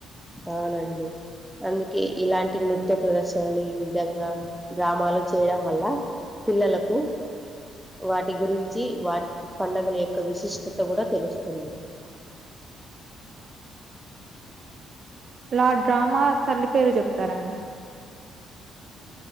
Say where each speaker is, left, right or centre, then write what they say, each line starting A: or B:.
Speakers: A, in the centre; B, on the right (about 45°).
A: అవునండి అందుకే ఇలాంటి నృత్య ప్రదర్శనలు ఈ విధంగా డ్రామాలు చేయడం వల్ల పిల్లలకు వాటి గురించి వాటి వాట్ పడగల యొక్క విశిష్టత కూడా తెలుస్తుంది
B: లాడ్ డ్రామా తల్లి పేరు చెప్తారా అండి